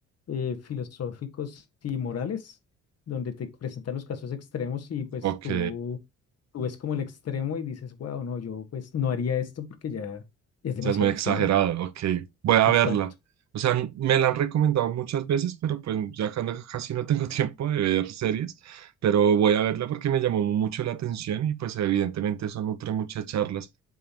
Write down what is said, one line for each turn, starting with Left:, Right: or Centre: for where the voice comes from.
Left: eh, filosóficos y morales, donde te presentan los casos extremos y pues
Right: Ok.
Left: tú, tú ves como el extremo y dices, wow, no, yo pues no haría esto porque ya es demasiado
Right: Ya es muy exagerado,
Left: extremo.
Right: ok, voy a
Left: Exacto.
Right: verla. O sea, me la han recomendado muchas veces, pero pues ya cuando casi no tengo <laughs> tiempo de ver series, pero voy a verla porque me llamó mucho la atención y pues evidentemente eso nutre muchas charlas.